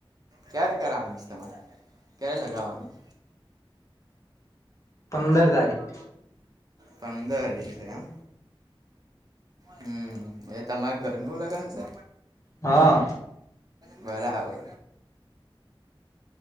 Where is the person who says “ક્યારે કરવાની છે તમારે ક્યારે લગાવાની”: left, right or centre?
Right